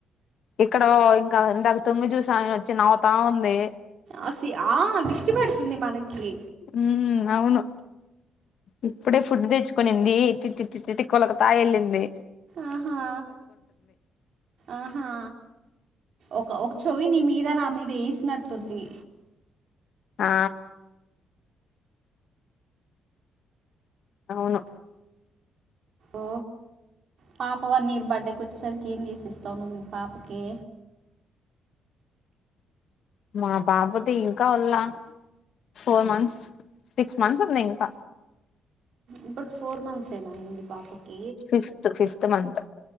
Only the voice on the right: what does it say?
అ సి ఆ దృష్టి పెడుతుంది మనకి
ఆహా ఆహా ఒక ఒక చవి నీ మీద నా మీద వేసినట్టుంది
ఓ పాప వన్ ఇర్ బర్త్డేకి వచ్చేసరికి ఏం చేసి ఇస్తావు నువ్వు పాపకే
ఇప్పుడు ఫోర్ మంత్స్ ఏనా అయ్యింది పాపకి